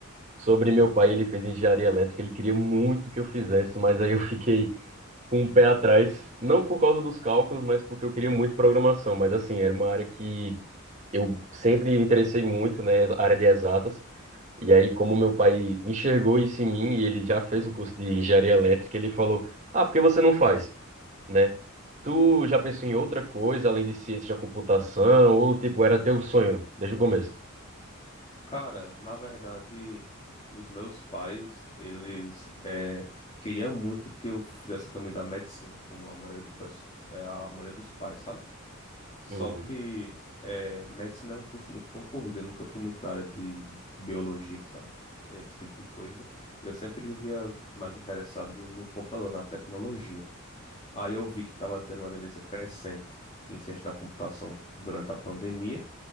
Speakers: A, on the right; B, on the left.
A: sobre meu pai, ele fez engenharia elétrica, ele queria muito que eu fizesse, mas aí eu fiquei com o pé atrás, não por causa dos cálculos, mas porque eu queria muito programação, mas assim, era uma área que eu sempre me interessei muito, né, área de exatas. E aí, como meu pai enxergou isso em mim e ele já fez o curso de engenharia elétrica, ele falou: Ah, por que você não faz, né? Tu já pensou em outra coisa além de ciência da computação? Ou, tipo, era teu sonho desde o começo?
B: Cara, na verdade, os meus pais, eles eh, queriam muito que eu fizesse o caminho da medicina, como a maioria do, pesso- eh, a maioria dos pais, sabe? Só
A: Uhum.
B: que eh, medicina é um curso muito concorrido, eu nunca fui muito da área de biologia, sabe? Eh, Esse tipo de coisa. Eu sempre vivia mais interessado no computador, na tecnologia. Aí eu vi que estava tendo uma tendência crescente em ciência da computação durante a pandemia.